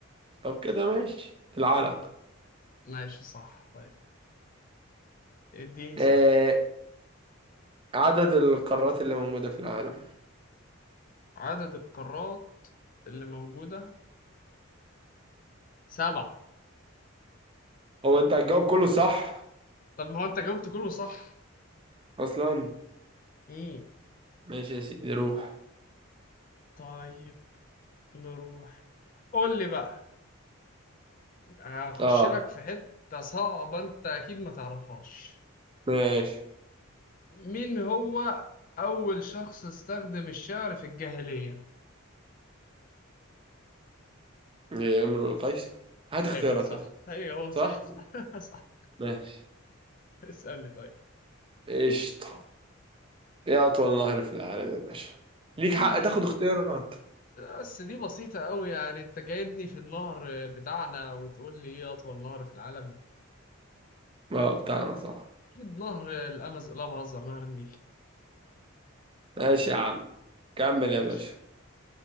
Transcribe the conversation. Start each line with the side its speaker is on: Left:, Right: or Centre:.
Right: طب كده ماشي العلق
Left: ماشي صح طيب اديني سؤال
Right: آه عدد القارات اللي موجودة في العالم
Left: عدد القارات اللي موجودة سبعة
Right: هو انت هتجاوب كله صح
Left: طب ما هو انت جاوبت كله صح
Right: اصلا
Left: امم
Right: ماشي يا سيدي روح
Left: طيب نروح قول لي بقى هخش
Right: اه
Left: لك في حتة صعبة انت اكيد ما تعرفهاش
Right: ماشي
Left: مين هو اول شخص استخدم الشعر في الجاهلية
Right: يا امرؤ القيس هات اختيارات
Left: ايوه صح
Right: هات
Left: ايوه هو
Right: صح
Left: صح صح, <laughs> صح.
Right: ماشي
Left: اسألني طيب
Right: قشطة ايه اطول نهر في العالم يا باشا ليك
Left: دي
Right: حق تاخد اختيارات
Left: بس دي بسيطة أوي يعني أنت جايبني في النهر بتاعنا وتقول لي إيه أطول نهر في العالم؟
Right: اه بتاعنا صح
Left: أكيد نهر الأمز لا بهزر نهر النيل
Right: ماشي يا عم كمل
Left: ماشي
Right: يا باشا